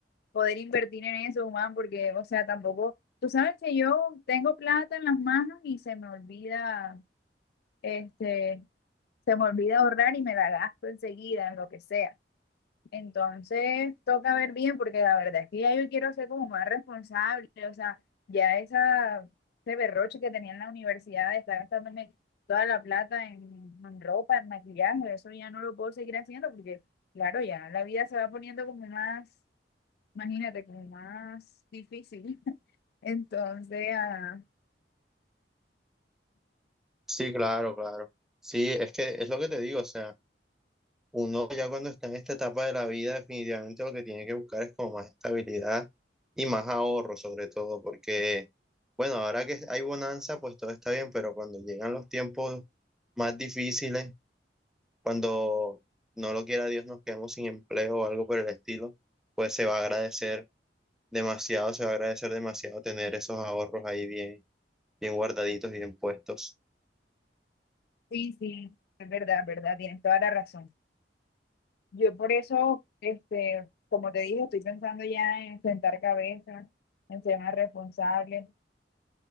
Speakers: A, on the left (about 60°); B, in the centre.
A: poder invertir en eso, Juan, porque, o sea, tampoco, tú sabes que yo tengo plata en las manos y se me olvida, este, se me olvida ahorrar y me la gasto enseguida en lo que sea. Entonces toca ver bien porque la verdad es que ya yo quiero ser como más responsable, o sea, ya esa, ese berroche que tenía en la universidad de estar gastándome toda la plata en, en ropa, en maquillaje, eso ya no lo puedo seguir haciendo porque, claro, ya la vida se va poniendo como más, imagínate, como más difícil. <laughs> Entonces, ah,
B: Sí, claro, claro. Sí, es que es lo que te digo, o sea. Uno ya cuando está en esta etapa de la vida, definitivamente lo que tiene que buscar es como más estabilidad y más ahorro, sobre todo, porque, bueno, ahora que hay bonanza, pues todo está bien, pero cuando llegan los tiempos más difíciles, cuando no lo quiera Dios nos quedamos sin empleo o algo por el estilo, pues se va a agradecer demasiado, se va a agradecer demasiado tener esos ahorros ahí bien, bien guardaditos y bien puestos.
A: sí, sí, es verdad, es verdad, tienes toda la razón. Yo por eso, este, como te dije, estoy pensando ya en sentar cabezas, en ser más responsable.